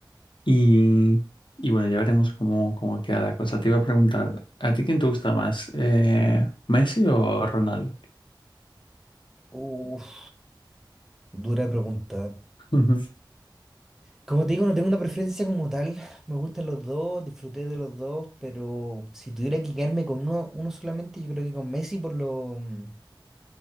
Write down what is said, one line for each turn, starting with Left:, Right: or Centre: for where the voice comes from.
Left: Y, y bueno, ya veremos cómo, cómo queda la cosa. Te iba a preguntar, ¿a ti quién te gusta más? Eh, ¿Messi o Ronaldo?
Centre: Uf, dura pregunta.
Left: <laughs> Ujú,
Centre: Como te digo, no tengo una preferencia como tal. Me gustan los dos, disfruté de los dos, pero si tuviera que quedarme con uno, uno solamente, yo creo que con Messi por lo, mm,